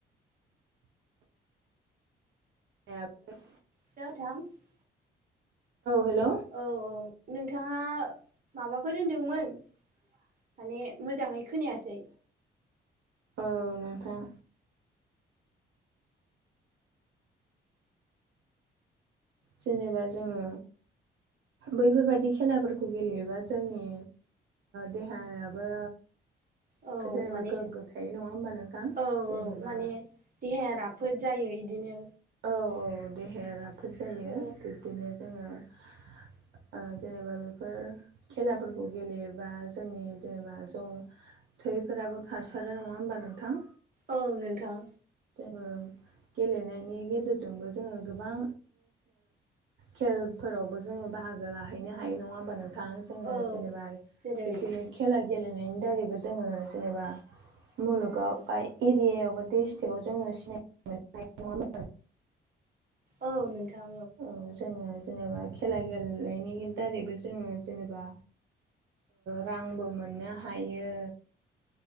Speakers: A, on the right (about 75°); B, on the right (about 45°).
A: <unintelligible>
B: <unintelligible>
A: हेलौ
B: औ औ नोंथाङा माबाफोर होनदोंमोन? माने मोजाङै खोनायासै।
A: औ नोंथां। जेनेबा जोङो। बैफोरबादि खेलाफोरखौ गेलेयोबा जोंनि। देहायाबो।
B: औ
A: जेनेबा
B: माने
A: गोग्गो थाय नङा होमबा नोंथां
B: औ
A: जेनेबा।
B: औ माने देहाया राफोद जायो इदिनो।
A: औ औ देहाया राफोद जायो
B: औ
A: बिब्दिनो जोङो। जेनेबा बेफोर खेलाफोरखौ गेलेयोबा जोंनि जेनेबा ज'। थैफोराबो खारसारो नङा होमबा नोंथां।
B: औ नोंथां
A: जोङो गेलेनायनि गेजेरजोंबो जोङो गोबां। खेलफोरावबो जोङो बाहागो लाहैनो हायो नङा होमबा नोंथां। जोङो
B: औ
A: जेनेबा
B: जेरै
A: बिदिनो खेला गेलेनायनि दारैबो। जोंङो जेनेबा मुलुगाव बा एरय बा स्टकआव जो सिनाय।
B: औ
A: <unintelligible>
B: नोंथां
A: औ जोङो जेनेबा खेला गेलेनायनि दारैबो जोङो जेनेबा रांबो मोननो हायो।